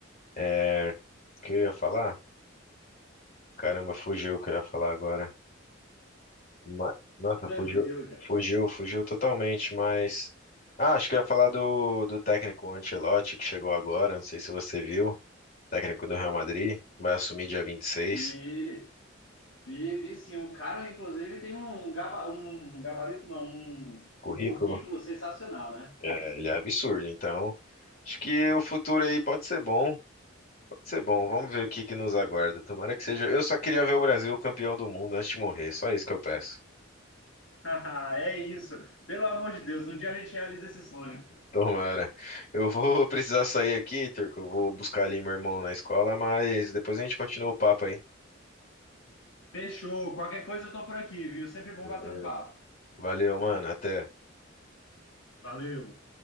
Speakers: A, on the left; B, on the left.
A: É, o que eu ia falar? Caramba, fugiu o que eu ia falar agora. Ma- Nossa,
B: Tranquilo,
A: fugiu,
B: cara.
A: fugiu, fugiu totalmente, mas. Ah, acho que eu ia falar do, do técnico Ancelotti, que chegou agora, não sei se você viu, técnico do Real Madrid, vai assumir dia 26,
B: E, e, e sim, o cara, inclusive, tem um, gaba, um gabarito, não, um,
A: currículo.
B: um currículo sensacional, né?
A: É, ele é absurdo, então acho que o futuro aí pode ser bom, pode ser bom, vamos ver o que que nos aguarda, tomara que seja. Eu só queria ver o Brasil campeão do mundo antes de morrer, só isso que eu peço.
B: <laughs> é isso. Pelo amor de Deus, um dia a gente realiza esse sonho.
A: Tomara. Eu vou <laughs> precisar sair aqui, Turco. eu vou buscar ali meu irmão na escola, mas depois a gente continua o papo aí.
B: Fechou. Qualquer coisa eu tô por aqui, viu? Sempre bom
A: Beleza.
B: bater um papo.
A: Valeu, mano. Até.
B: Valeu!